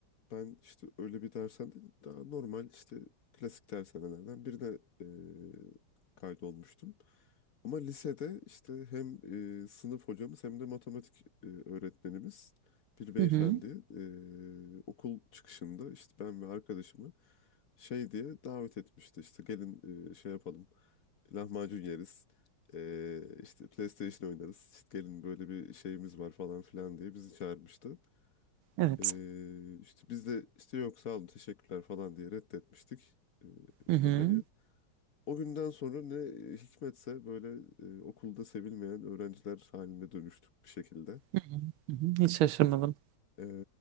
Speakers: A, on the left; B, on the right.
A: ben işte öyle bir dersen değil daha normal işte klasik dershanelerden birine eee, kaydolmuştum. Ama lisede işte hem eee, sınıf hocamız hem de matematik eee, öğretmenimiz bir beyefendi
B: Hı hı.
A: eee, okul çıkışında işte ben ve arkadaşımı şey diye davet etmişti işte gelin eee, şey yapalım lahmacun yeriz. Ee, işte PlayStation oynarız. İşte gelin böyle bir şeyimiz var falan filan diye bizi çağırmıştı.
B: Evet.
A: Ee, işte biz de işte yok sağ olun teşekkürler falan diye reddetmiştik e,
B: Hı hı.
A: hocayı. O günden sonra ne hikmetse böyle e, okulda sevilmeyen öğrenciler haline dönüştük bir şekilde.
B: Hı hı. Hı hı. Hiç şaşırmadım.
A: Ee,